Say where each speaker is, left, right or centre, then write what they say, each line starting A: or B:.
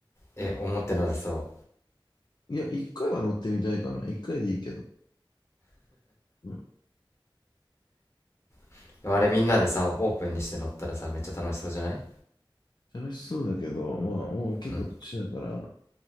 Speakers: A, on the left; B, on the left.
A: え、思ってなさそ
B: いや、一回は乗ってみたいかな。一回でいいけど。うん。
A: う。でもあれみんなでさ、オープンにして乗ったらさ、めっちゃ楽しそうじゃない
B: 楽しそうだけど、まあ、もう結構年だから、
A: うん。